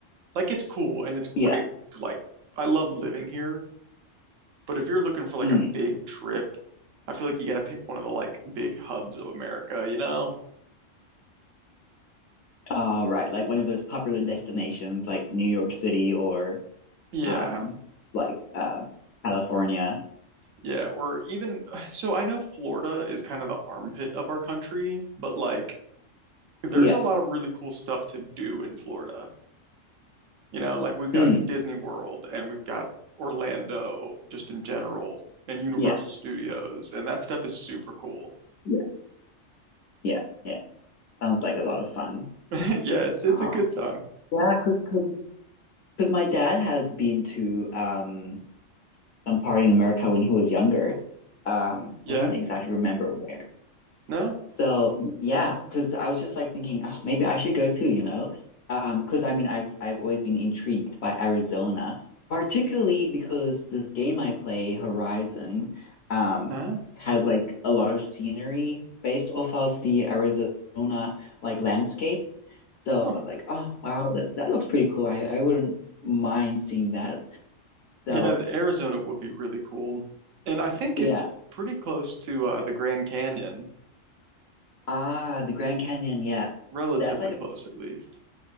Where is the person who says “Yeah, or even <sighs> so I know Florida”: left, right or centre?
Right